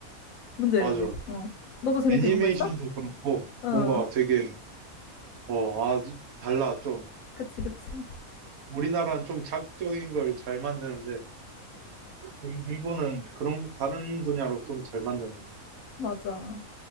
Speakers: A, on the left; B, on the right.
A: 문제지.
B: 맞아.
A: 어. 너도 재밌게
B: 애니메이션도
A: 본 거 있어?
B: 그렇고,
A: 어,
B: 뭔가 되게, 어, 아, 달라, 좀.
A: 그치, 그치.
B: 우리나라는 좀 자극적인 걸 잘 만드는데, 일- 일본은 그런 다른 분야로 좀 잘 만드는
A: 맞아.